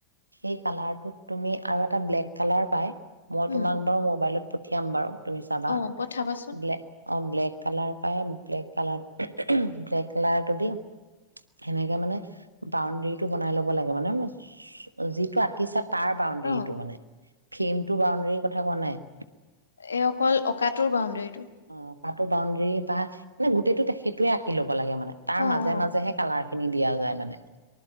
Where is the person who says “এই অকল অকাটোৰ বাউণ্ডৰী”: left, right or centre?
Left